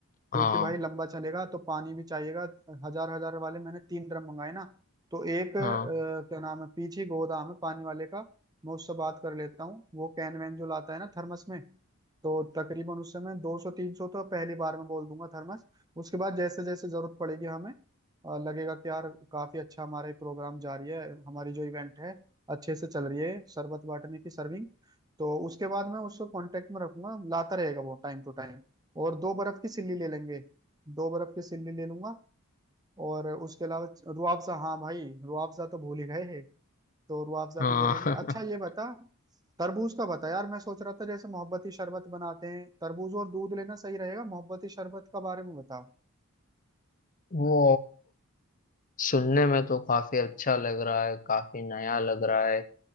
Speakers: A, on the left; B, on the right.
A: हाँ
B: क्योंकि भाई लंबा चलेगा तो पानी भी चाहिएगा हजार हजार वाले मैंने तीन ड्रम मंगाए ना तो एक अ,
A: हाँ
B: क्या नाम है पीछे गोदाम है पानी वाले का मैं उससे बात कर लेता हूँ वो कैन वैन जो लाता है ना थर्मस में तो तकरीबन उससे मैं दो सौ तीन सौ तो पहली बार में बोल दूंगा थर्मस उसके बाद जैसे जैसे जरूरत पड़ेगी हमें अ, लगेगा कि यार काफी अच्छा हमारा ये प्रोग्राम जारी है हमारी जो इवेंट है अच्छे से चल रही है शरबत बांटने की सर्विंग तो उसके बाद मैं उसको कांटेक्ट में रखूंगा लाता रहेगा वो टाइम टू टाइम और दो बर्फ की सिल्ली ले लेंगे दो बर्फ की सिल्ली ले लूंगा और उसके अलावा रुआफजा हाँ भाई रुआफजा तो भूल ही गए तो रुआफजा
A: हाँ
B: भी ले लेंगे अच्छा
A: <laughs>
B: ये बता तरबूज का बता यार मैं सोच रहा था जैसे मोहब्बती शरबत बनाते हैं तरबूज और दूध लेना सही रहेगा मोहब्बती शरबत का बारे में बता
A: वो सुनने में तो काफी अच्छा लग रहा है काफी नया लग रहा है